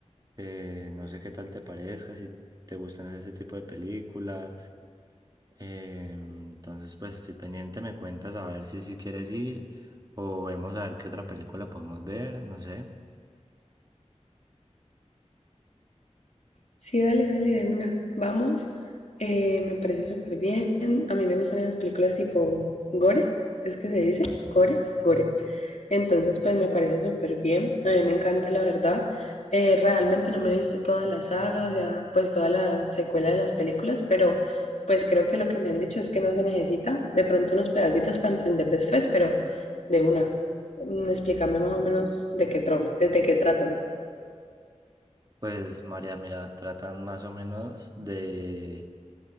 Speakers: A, on the right; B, on the left.
A: Eh, no sé qué tal te parezca, si te gustan ese tipo de películas. Eh, entonces, pues estoy pendiente, me cuentas a ver si si quieres ir o vemos a ver qué otra película podemos ver, no sé.
B: Sí, dale, dale, de una. Vamos. Eh, me parece súper bien. A mí me gustan esas películas tipo gore, ¿es que se dice? Gore, gore. Entonces, pues me parece súper bien. A mí me encanta, la verdad. Eh, realmente no me he visto toda la saga, o sea, pues toda la secuela de las películas, pero pues creo que lo que me han dicho es que no se necesita de pronto unos pedacitos para entender después, pero de una. Mm, Explícame más o menos de qué, trom- de, de qué tratan.
A: Pues María, mira, tratan más o menos de